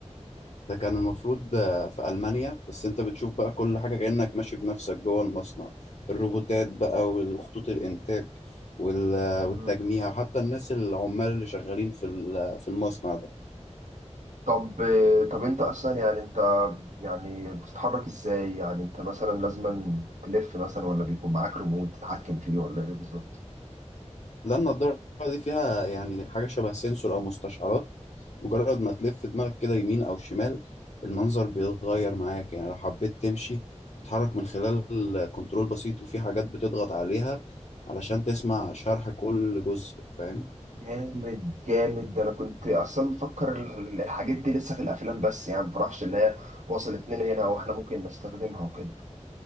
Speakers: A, on the left; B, on the right.
A: ده كان المفروض آه، في المانيا بس انت بتشوف بقى كل حاجه كانك ماشي بنفسك جوه المصنع الروبوتات بقى والخطوط الانتاج وال-
B: مم.
A: والتجميع وحتى الناس العمال اللي شغالين في ال- في المصنع
B: طب آه، طب انت اصلا يعني انت يعني بتتحرك ازاي يعني انت مثلا لازم تلف مثلا ولا بيكون معاك ريموت تتحكم فيه ولا ايه بالظبط
A: لأن النضارة دي فيها يعني حاجة شبه سنسور أو مستشعرات مجرد ما تلف دماغك كده يمين أو شمال المنظر بيتغير معاك يعني لو حبيت تمشي تتحرك من خلال كنترول بسيط وفي حاجات بتضغط عليها علشان تسمع شرح كل جزء فاهم؟
B: جامد جامد ده انا كنت اصلا مفكر ال- الحاجات دي لسه في الافلام بس يعني مفرحش ان هي وصلت لنا هنا واحنا ممكن نستخدمها وكده